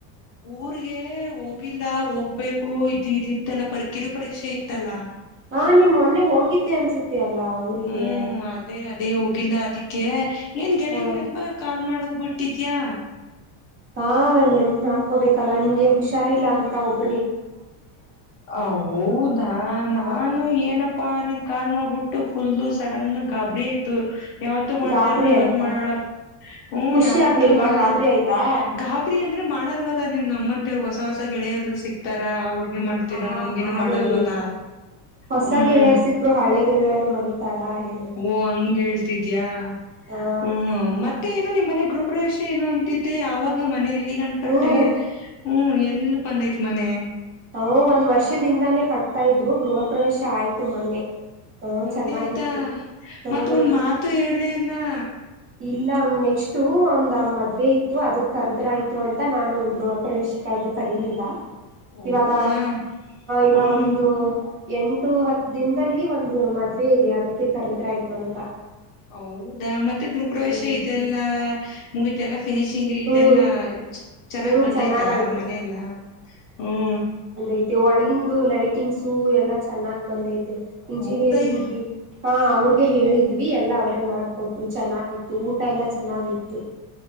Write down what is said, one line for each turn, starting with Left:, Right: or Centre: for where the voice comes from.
Left: ಊರ್ಗೆ ಹೋಗಿಲ್ಲ ಹೋಗ್ಬೇಕು <unintelligible> ಕಿರು ಪರೀಕ್ಷೆ ಇತ್ತಲ್ಲ.
Right: ಹಾ ನಿನ್ ಮೊನ್ನೆ ಹೋಗಿದ್ದೆ ಅನ್ಸುತ್ತೆ ಅಲ್ಲ ಊರಿಗೆ
Left: ಹ್ಮ್ ಅದೇ ಅದೇ ಹೋಗಿಲ್ಲ ಅದಿಕ್ಕೆ ಏನ್ ಗೆಳೆಯರ್
Right: ಹ
Left: ನೆನಪಾ ಕಾಲ್ ಮಾಡ ಹೋಗ್ಬಿಟ್ಟಿದ್ಯಾ
Right: ಹಾ ನೆನಪು ಮಾಡ್ಕೋಬೇಕಲ್ಲ ನಿಂಗೆ ಹುಷಾರಿಲ್ಲಾ ಅಂತ ಒಬ್ಬ.
Left: ಹ ಹೌದಾ
Right: ಹಾ
Left: ನಾನು ಏನಪ್ಪಾ ನಿನ್ ಕಾಲ್ ನೋ. ಫುಲ್ ಸಡನ್ ಗಾಬರಿ ಆಯ್ತು ಯಾವತ್ತು ಮಾಡ್ದ
Right: ಗಾಬರಿ
Left: ಇರೋಳು ಇವತ್
Right: ಆಯ್ತಾ
Left: ಮಾಡೋಳ. ಹ್ಮ
Right: ಖುಷಿ
Left: ಯಾವತ್ತು
Right: ಆಗ್ಲಿಲ್ವಾ
Left: ಮಾಡ್ರ
Right: ಗಾಬರಿ ಆಯ್ತಾ
Left: ಗಾಬರಿ ಅಂದ್ರ. ಮಾಡಲ್ವಲ್ಲ ನೀವ್ ನಮ್ಮಂತವ ಹೊಸ ಹೊಸ ಗೆಳೆಯಾದ್ರು ಸಿಕ್ತಾರ ಅವ್ರರು. ಮಾಡ್ತೀರಾ
Right: ಹಾ
Left: ನಮ್ಗೇನು
Right: ಹಾಗೇನಿಲ್ಲ
Left: ಮಾಡಲ್ವಲ್ಲ.
Right: ಹೊಸ
Left: ಹ್ಮ
Right: ಗೆಳೆಯರ್ ಸಿಕ್ಕರು ಹಳೆ ಗೆಳೆಯರ್ ಮರಿತಾರಾ ಹೇಳು
Left: ಓ ಹಂಗ ಹೇಳ್ತಿದಿಯ.
Right: ಹಾ
Left: ಹ್ಮ ಮತ್ತೆ ಏನು ನಿಮ್ಮನೆ. ಗೃಹಪ್ರವೇಶ ಏನು ಅಂತಿದ್ದೆ ಯಾವಾಗ ಮನೆಯಲ್ಲಿ ಗಂಡ್ಕಟ್ಟೆ
Right: ಹ್ಮ್
Left: ಹ್ಮ್ ಎಲ್ಲಿ ಬಂದೈತಿ. ಮನೆ.
Right: ಹ ಒಂದ್ ವರ್ಷದಿಂದಾನೇ ಕಟ್ತಾ ಇದ್ರು ಗೃಹ ಪ್ರ್ರವೇಶ ಆಯ್ತು ಮೊನ್ನೆ. ಹ
Left: ಮೊನ್ನೆ
Right: ಚೆನ್ನಾಗಿತ್ತು
Left: ಆಯ್ತಾ
Right: ಹ್ಮ್
Left: ಮತ್ತ ಒಂದ ಮಾತು ಹೇಳಿಲಾ.
Right: ಇಲ್ಲ ನೆಕ್ಸಟ್ ಒಂದ ಮದ್ವೆ ಇತ್ತು ಅದಕ್ ಕರ್ದ್ರಾಯ್ತು ಅಂತ ನಾನು ಗೃಹಪ್ರವೇಶ್. <unintelligible> ಕರೀಲಿಲ್ಲ
Left: ಹೌದಾ
Right: ಇವಾಗ ಇವಾಗೊಂದು
Left: ಹ್ಮ್
Right: ಎಂಟು ಹತ್ತು ದಿನದಲ್ಲಿ ಒಂದು ಮದ್ವೆ ಇದೆ ಅದಕ್ಕೆ ಕರೆದ್ರೆ ಆಯ್ತು ಅಂತ
Left: ಹೌದಾ ಮತ್ತೆ ಗುರುಪ್ರವೇಶ
Right: ಹ್ಮ್
Left: ಇದೆಲ್ಲಾ ಮುಗಿತೆಲ್ಲಾ. ಫಿನಿಶಿಂಗ್ ಇದೆಲ್ಲಾ
Right: ಹ್ಮ್
Left: ಚೆನ್ನಾಗ್
Right: ಹ್ಮ್
Left: ಬಂದೈತಾ
Right: ಚೆನ್ನಾಗಾಯ್ತು
Left: ಮನೆಯಲ್ಲಾ ಹ್ಮ.
Right: ಐತೆ ಒಳಗಿಂದು ಲೈಟಿಂಗ್ಸು ಎಲ್ಲಾ ಚೆನ್ನಾಗಿ ಬಂದೈತೆ ಇಂಜಿನಿಯರಿಂಗ್
Left: ಹೌದಯ
Right: ಹಾ ಅವ್ರಿಗೆ ಹೇಳಿದ್ವಿ ಎಲ್ಲಾ ಅವ್ರೇ ಮಾಡ್ಕೊಟ್ರು ಚೆನ್ನಾಗಿತ್ತು. ಊಟ ಎಲ್ಲ ಚೆನ್ನಾಗಿತ್ತು.